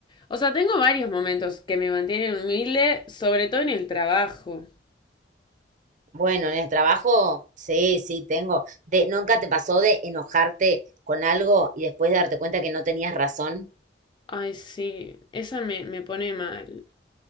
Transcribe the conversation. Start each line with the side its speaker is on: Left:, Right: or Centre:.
Left: o sea, tengo varios momentos que me mantienen humilde, sobre todo en el trabajo.
Right: Bueno, en el trabajo, sí, sí, tengo. De, ¿nunca te pasó de enojarte con algo y después darte cuenta que no tenías razón?
Left: Ay, sí, esa me, me pone mal.